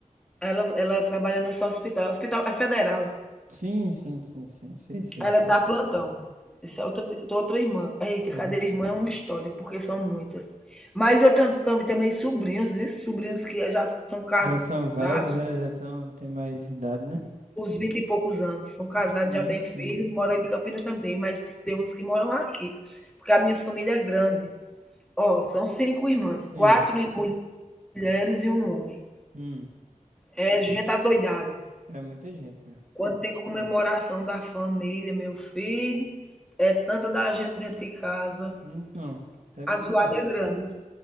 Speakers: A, in the centre; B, on the right.
A: ela ela trabalha nesse hospital, hospital é federal.
B: Sim, sim, sim, sim. Sei, sei,
A: Ela
B: sei.
A: dá plantão. Essa é outra outra irmã. Eita, cada
B: Aham.
A: irmã é uma história, porque são muitas. Mas eu tenho tam também sobrinhos, viu, sobrinhos que já são casados.
B: Já são velhos, é, já tão, tem mais idade, né?
A: uns 20 e poucos anos. São casados,
B: Sim,
A: já têm
B: sim.
A: filho, moram em Campinas também, mas tem uns que moram aqui, porque a minha família é grande. Ó, são cinco irmãs,
B: Sim.
A: quatro mulheres e um homem.
B: Hum.
A: É gente adoidado.
B: É muita gente mesmo.
A: Quando tem comemoração da família, meu filho, é tanta da gente dentro de casa.
B: Hum, Não, deve
A: A
B: ser
A: zoada
B: mesmo.
A: é grande.